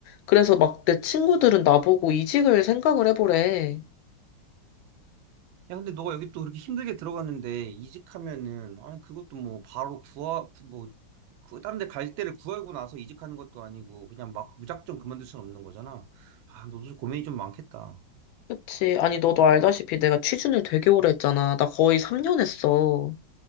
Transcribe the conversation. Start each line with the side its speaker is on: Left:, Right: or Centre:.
Left: 그래서 막 내 친구들은 나보고 이직을 생각을 해보래.
Right: 야, 근데 너가 여기 또 그렇게 힘들게 들어갔는데 이직하면은 아니 그것도 뭐 바로 구하 고뭐 그, 다른 데 갈 때를 구하고 나서 이직하는 것도 아니고 그냥 막 무작정 그만둘 수는 없는 거잖아. 아, 너도 고민이 좀 많겠다.
Left: 그치. 아니, 너도 알다시피 내가 취준을 되게 오래 했잖아. 나 거의 3년 했어.